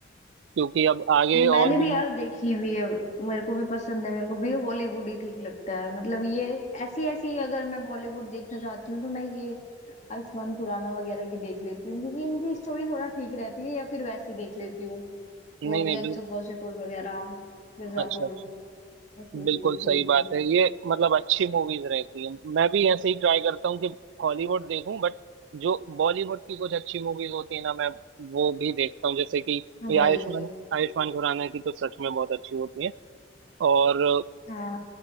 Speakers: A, on the right (about 80°); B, on the left (about 40°).
A: क्योंकि अब आगे
B: मैंने
A: और भी
B: भी यार देखी हुई है मेरे को भी पसंद है मेरे को भी हॉलीवुड ही ठीक लगता है मतलब ये ऐसी ऐसी अगर मैं बॉलीवुड देखना चाहती हूँ तो मैं ये आयुष्मान खुराना वगैरह की देख लेती हूँ क्योंकि इनकी स्टोरी थोड़ा ठीक रहती है या फिर वैसी देख लेती हूँ
A: नहीं
B: वो
A: नहीं
B: गैंग्स
A: बिल्कुल
B: ऑफ वासेपुर वगैरह मिर्जापुर
A: अच्छा अच्छा।
B: ऐसी
A: बिल्कुल
B: ऐसी देख
A: सही
B: लेती
A: बात
B: हूँ
A: है ये मतलब अच्छी मूवीज रहती है मैं भी ऐसे ही ट्राई करता हूँ कि हॉलीवुड देखूं बट जो बॉलीवुड की कुछ अच्छी मूवीज होती है ना मैं वो भी देखता हूँ जैसे कि ये
B: वही
A: आयुष्मान आयुष्मान खुराना की तो सच में बहुत अच्छी होती है और
B: हाँ